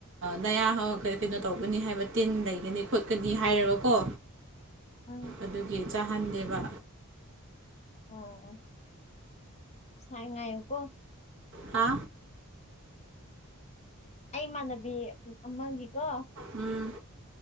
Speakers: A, on the right; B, on the left.
A: ꯅꯌꯥ ꯀꯩꯅꯣ ꯇꯧꯒꯅꯤ ꯍꯥꯏꯕ ꯇꯤꯟ ꯂꯩꯒꯅꯤ ꯈꯣꯠꯀꯅꯤ ꯍꯥꯏꯔꯒꯀꯣ
B: ꯎꯝ
A: ꯑꯗꯨꯒꯤ ꯆꯥꯍꯟꯗꯦꯕ
B: ꯑꯥ ꯑꯥ ꯁꯥꯏ ꯉꯥꯏꯑ‌ꯣ ꯀꯣ
A: ꯍꯥ
B: ꯑꯩꯃꯥꯟꯅꯕꯤ ꯑꯃꯥ ꯒꯤꯀꯣ
A: ꯎꯝ